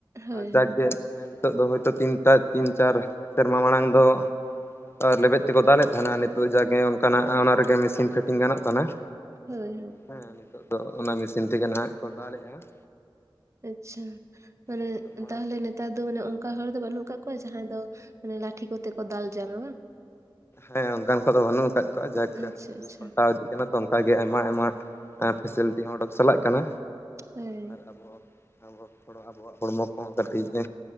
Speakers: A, on the right; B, on the left.
A: ᱦᱳᱭ
B: ᱟᱨ ᱡᱟᱠᱜᱮ
A: ᱦᱳᱭ
B: ᱱᱤᱛᱚᱜ ᱫᱚ ᱦᱚᱭᱛᱳ ᱛᱤᱱᱴᱟ ᱛᱤᱱ ᱪᱟᱨ ᱥᱮᱨᱢᱟ ᱢᱟᱲᱟᱝ ᱫᱚ ᱟᱨ ᱞᱮᱵᱮᱫ ᱛᱮᱠᱚ ᱫᱟᱞᱮᱫ ᱛᱟᱦᱮᱱᱟ, ᱱᱤᱛᱚᱜ ᱡᱟᱜᱮ ᱚᱱᱠᱟᱱᱟᱜ ᱚᱱᱟ ᱨᱮᱜᱮ ᱢᱮᱥᱤᱱ ᱯᱷᱤᱴᱤᱝ ᱜᱟᱱᱚᱜ ᱠᱟᱱᱟ ᱾
A: ᱦᱳᱭ ᱦᱳᱭ ᱾
B: ᱦᱮᱸ, ᱱᱤᱛᱚᱜ ᱫᱚ ᱚᱱᱟ ᱢᱮᱥᱤᱱ ᱛᱮᱜᱮ ᱱᱟᱦᱜ ᱠᱚ ᱫᱟᱞᱮᱜᱼᱟ ᱾
A: ᱟᱪᱪᱷᱟ, ᱢᱟᱱᱮ
B: ᱱᱤᱛᱚᱜ ᱢᱟ
A: ᱛᱟᱦᱚᱞᱮ ᱱᱮ ᱛᱟᱨ ᱫᱚ ᱢᱟᱱᱮ ᱚᱱᱠᱟ ᱦᱚᱲ ᱫᱚ ᱵᱟᱹᱱᱩᱜ ᱟᱠᱟᱜ ᱠᱚᱣᱟ, ᱡᱟᱦᱟᱸᱭ ᱫᱚ ᱢᱟᱱᱮ ᱞᱟᱴᱷᱤ ᱠᱚᱛᱮ ᱠᱚ ᱫᱟᱞ ᱡᱚᱝᱟ ᱵᱟᱝ?
B: ᱦᱮᱸ, ᱚᱱᱠᱟᱱ ᱠᱚᱫᱚ ᱵᱟᱹᱱᱩᱜ ᱟᱠᱟᱫ ᱠᱚᱣᱟ ᱡᱟᱠ
A: ᱟᱪᱪᱷᱟ
B: ᱡᱩᱜᱽ
A: ᱟᱪᱪᱷᱟ
B: ᱯᱟᱞᱴᱟᱣ ᱤᱫᱤᱜ ᱠᱟᱱᱟ ᱛᱚ ᱚᱱᱠᱟᱜᱮ ᱟᱭᱢᱟ ᱟᱭᱢᱟ ᱯᱷᱮᱥᱮᱞᱤᱴᱤ ᱦᱚᱸ ᱚᱰᱚᱠ ᱪᱟᱞᱟᱜ ᱠᱟᱱᱟ᱾
A: ᱦᱳᱭ
B: ᱟᱨ ᱟᱵᱚ ᱟᱵᱚ ᱛᱷᱚᱲᱟ ᱟᱵᱚᱣᱟᱜ ᱦᱚᱲᱢᱚ ᱠᱚᱦᱚᱸ ᱠᱟᱹᱴᱤᱡ ᱮ